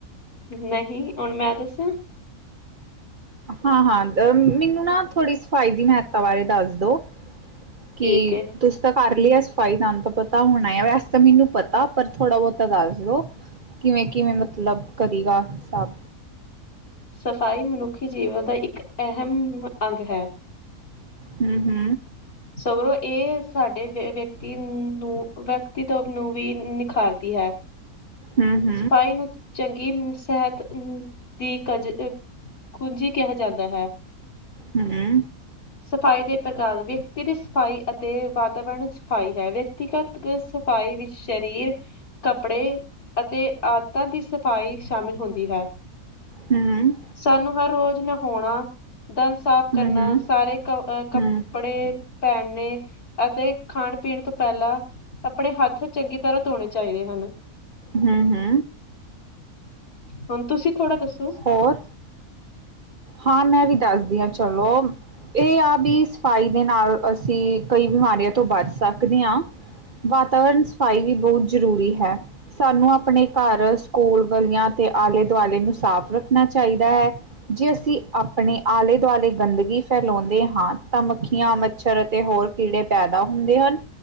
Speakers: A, on the left (about 90°); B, on the right (about 45°).
A: ਨਹੀਂ, ਹੁਣ ਮੈਂ ਦੱਸਾਂ
B: ਹਾਂ, ਹਾਂ ਮੈਨੂੰ ਨਾ, ਥੋੜ੍ਹੀ ਸਫ਼ਾਈ ਦੀ ਮਹੱਤਾ ਬਾਰੇ ਦੱਸ ਦੋ ਕੀ
A: ਠੀਕ ਏ।
B: ਤੁਂਸੀ ਤਾਂ ਕਰ ਲੀ ਆ ਸਫਾਈ, ਤੁਹਾਨੂੰ ਤਾਂ ਪਤਾ ਹੋਣਾ, ਵੈਸੇ ਤਾਂ ਮੈਨੂੰ ਪਤਾ, ਪਰ ਥੋੜ੍ਹਾ ਬਹੁਤਾ ਦੱਸ ਦੋ। ਕਿਵੇਂ ਕਿਵੇਂ ਮਤਲਬ ਕਰੇਗਾ ਸਭ
A: ਸਫ਼ਾਈ ਮਨੁੱਖੀ ਜੀਵਨ ਦਾ, ਇੱਕ ਅਹਿਮ ਅੰਗ ਹੈ
B: ਹੂ ਹੂ
A: ਸਗਰੋਂ ਇਹ ਸਾਡੇ ਵਿਅਕਤੀ ਨੂੰ ਵਿਅਕਤੀਵ ਨੂੰ ਵੀ ਨਿਖਾਰਦੀ ਹੈ
B: ਹਮ
A: ਸਫਾਈ ਨੂੰ ਚੰਗੀ ਸਿਹਤ ਅ ਦੀ ਕਜ ਕੁੰਜੀ ਕਿਹਾ ਜਾਂਦਾ ਹੈ
B: ਹੂ ਹੂ
A: ਸਫ਼ਾਈ ਦੇ ਪ੍ਰਕਾਰ ਵਿਅਕਤੀ ਦੀ ਸਫ਼ਾਈ ਅਤੇ ਵਾਤਾਵਰਨ ਸਫ਼ਾਈ ਹੈ, ਵਿਅਕਤੀਗਤ ਸਫਾਈ ਵਿੱਚ ਸਰੀਰ, ਕੱਪੜੇ ਅਤੇ ਆਦਤਾਂ ਦੀ ਸਫਾਈ ਸ਼ਾਮਿਲ ਹੁੰਦੀ ਹੈ
B: ਹਮ ਹਮ
A: ਸਾਨੂੰ ਹਰ ਰੋਜ਼ ਨਹਾਣਾ ਦੰਦ ਸਾਫ਼ ਕਰਨਾ,
B: ਹੂੰ-ਹੂੰ,
A: ਸਾਰੇ ਕੱਪੜੇ
B: ਹੂੰ,
A: ਪਹਿਨਣੇ, ਅਤੇ ਖਾਣ- ਪੀਣ ਤੋਂ ਪਹਿਲਾਂ ਆਪਣੇ ਹੱਥ ਚੰਗੀ ਤਰ੍ਹਾਂ ਧੋਣੇ ਚਾਹੀਦੇ ਹਨ
B: ਹੂ ਹੂ
A: ਹੁਣ ਤੁਸੀਂ ਥੋੜ੍ਹਾ ਦੱਸੋ
B: ਹੋਰ। ਹਾਂ ਮੈਂ ਵੀ ਦੱਸਦੀ ਹਾਂ ਚਲੋ। ਇਹ ਆ ਵੀ ਸਫ਼ਾਈ ਦੇ ਨਾਲ, ਅਸੀਂ ਕਈ ਬਿਮਾਰੀਆਂ ਤੋਂ ਬਚ ਸਕਦੇ ਹਾਂ ਵਾਤਾਵਰਨ ਸਫ਼ਾਈ ਵੀ ਬਹੁਤ ਜ਼ਰੂਰੀ ਹੈ। ਸਾਨੂੰ ਆਪਣੇ ਘਰ, ਸਕੂਲ, ਗਲੀਆਂ ਅਤੇ ਆਲੇ ਦੁਆਲੇ ਨੂੰ ਸਾਫ਼ ਰੱਖਣਾ ਚਾਹੀਦਾ ਹੈ। ਜੇ ਅਸੀਂ ਆਪਣੇ ਆਲੇ ਦੁਆਲੇ ਗੰਦਗੀ ਫੈਲਾਉਂਦੇ ਹਾਂ, ਤਾਂ ਮੱਖੀਆਂ ਮ ਮੱਛਰ ਅਤੇ ਹੋਰ ਕੀੜੇ ਪੈਦਾ ਹੁੰਦੇ ਹਨ,